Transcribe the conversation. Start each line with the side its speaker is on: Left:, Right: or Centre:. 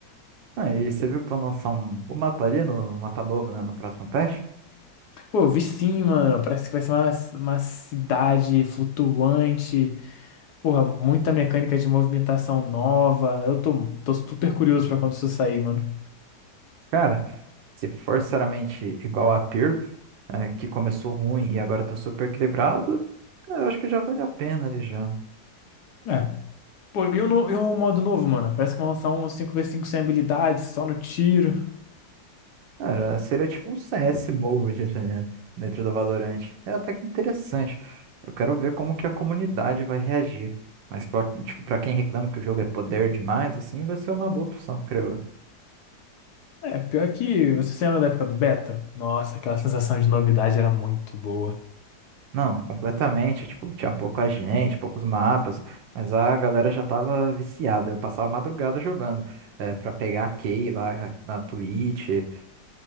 Right: Ah, e você viu que vão lançar um, um mapa ali, no, um mapa novo, né, no próximo patch?
Left: Pô, eu vi sim, mano. Parece que vai ser uma, uma cidade flutuante. Porra, muita mecânica de movimentação nova. Eu tô, tô super curioso pra quando isso sair, mano.
Right: Cara, Se forçaramente igual a Pearl, é, que começou ruim e agora tá super equilibrado, cara, eu acho que já vale a pena ali já.
Left: É. Pô, e o, no- e o modo novo, mano? Parece que vão lançar um cinco v cinco sem habilidades, só no tiro.
Right: Cara, seria tipo um CS mode, tá ligado? Dentro do Valorant. É até que interessante. Eu quero ver como que a comunidade vai reagir. Mas pra, tipo, pra quem reclama que o jogo é poder demais, assim, vai ser uma boa opção, creio eu.
Left: É, pior que você se lembra da época do beta? Nossa, aquela sensação de novidade era muito boa.
Right: Não, completamente. Tipo, tinha pouca gente, poucos mapas, mas a galera já tava viciada. Eu passava a madrugada jogando, é, pra pegar a Kay lá na Twitch. é,